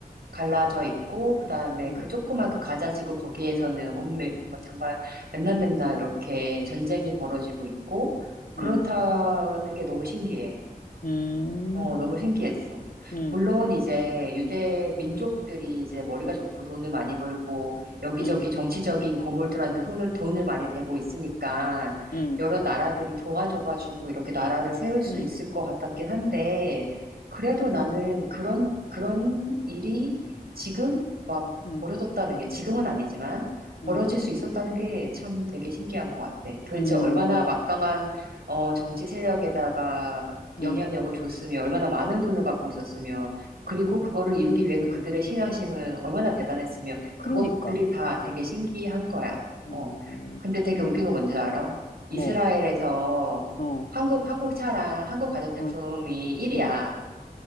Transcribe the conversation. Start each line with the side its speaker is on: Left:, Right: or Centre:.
Right: 갈라져 있고 그다음에
Left: 응,
Right: 그 조그만 그 가자지구 거기에서는 온매 정말 정말 맨날 맨날 이렇게 전쟁이 벌어지고 있고 그렇다는
Left: 응,
Right: 게 너무 신기해.
Left: 응, 응,
Right: 어, 너무 신기했어.
Left: 응,
Right: 물론 이제 유대 민족들이 이제 머리가 좋고 돈을 많이 벌고 여기저기
Left: 응,
Right: 정치적인 거물들한테 손을, 돈을 많이 대고 있으니까
Left: 응,
Right: 여러 나라들이 도와줘가지고 이렇게 나라를 세울 수
Left: 응,
Right: 있을 것 같았긴 한데 그래도 나는 그런, 그런 일이 지금 막
Left: 응,
Right: 벌어졌다는 게 지금은 아니지만 벌어질
Left: 응,
Right: 수 있었다는 게 참 되게 신기한 것 같아. 도대체
Left: 응,
Right: 얼마나 막강한 어, 정치 세력에다가 영향력을
Left: 응.
Right: 줬으며 얼마나 많은 돈을 갖고 있었으며 그리고 그거를 이루기 위해서 그들의 신앙심은 얼마나 대단했으며
Left: 그러니까,
Right: 그것들이 다 되게 신기한 거야.
Left: 어,
Right: 어. 근데 되게
Left: 그래?
Right: 웃긴 거 뭔지 알아? 이스라엘에서
Left: 뭐, 어,
Right: 한국 한국 차랑 한국 가전제품이
Left: 어,
Right: 1위야.
Left: 어.